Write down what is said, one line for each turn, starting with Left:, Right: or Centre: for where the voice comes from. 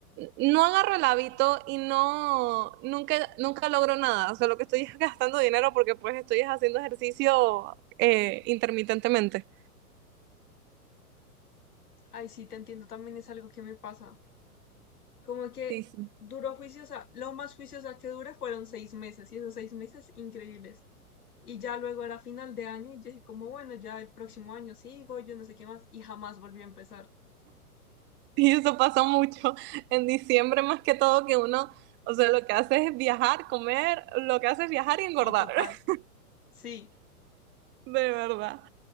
Right: no agarro el hábito y no, nunca, nunca logro nada, o sea, lo que estoy es gastando dinero porque pues estoy es haciendo ejercicio eh, intermitentemente.
Left: Ay, sí, te entiendo, también es algo que me pasa. Como que
Right: Sí, sí.
Left: duró juiciosa, lo más juiciosa que dura fueron seis meses y esos seis meses increíbles. Y ya luego era final de año y yo dije como, bueno, ya el próximo año sigo, yo no sé qué más, y jamás volví a empezar.
Right: Y eso pasa mucho en diciembre más que todo que uno, o sea, lo que hace es viajar, comer, lo que hace es viajar y
Left: Sí,
Right: engordar,
Left: total.
Right: <laughs>
Left: Sí,
Right: de verdad.